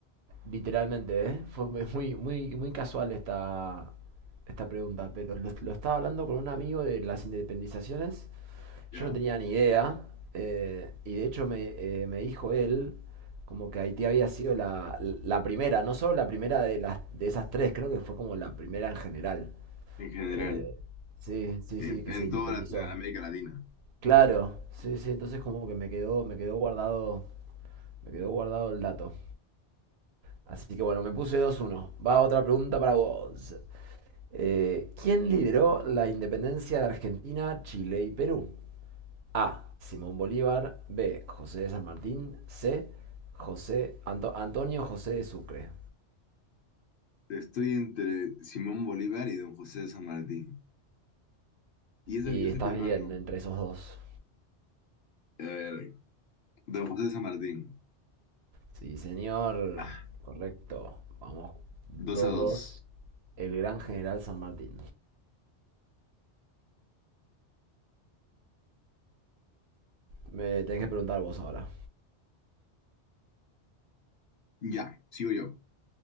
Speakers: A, on the right; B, on the left.
A: Literalmente, ¿eh? Fue muy, muy, muy muy casual esta, esta pregunta, pero lo, lo estaba hablando con un amigo de las independizaciones
B: ¿Ya?
A: Yo no tenía ni idea, eh, y de hecho me, eh, me dijo él como que Haití había sido la, la primera, no solo la primera de las de esas tres, creo que fue como la primera en general.
B: En general,
A: Eh, sí, sí,
B: en,
A: sí, que
B: en
A: se independizó.
B: toda la- la América Latina.
A: Claro, sí, sí, entonces como que me quedó, me quedó guardado, me quedó guardado el dato. Así que bueno, me puse dos uno Va otra pregunta para vos. Eh, ¿quién lideró la independencia de Argentina, Chile y Perú? A. Simón Bolívar. B. José de San Martín. C. José Anto- Antonio José de Sucre.
B: Estoy entre Simón Bolívar y Don José de San Martín. Y eso
A: Y
B: que yo soy
A: estás
B: peruano.
A: bien entre esos dos.
B: A ver, Don José de San Martín.
A: Sí, señor.
B: Ah,
A: Correcto. Vamos. dos
B: dos a dos.
A: dos. El gran general San Martín. Me tenés que preguntar vos ahora.
B: Ya, sigo yo.